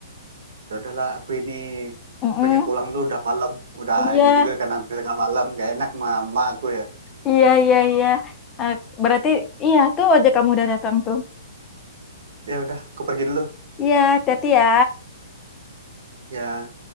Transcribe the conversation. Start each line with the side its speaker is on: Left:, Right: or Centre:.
Right: ya udahlah aku ini
Left: Mm-mm.
Right: pengen pulang dulu udah malam udah
Left: Iya,
Right: ini juga kan hampir tengah malam gak enak sama emak aku ya
Left: Iya, iya, iya. Eh, berarti iya tuh ojek kamu udah datang tuh.
Right: ya udah aku pergi dulu
Left: Iya, hati-hati ya.
Right: ya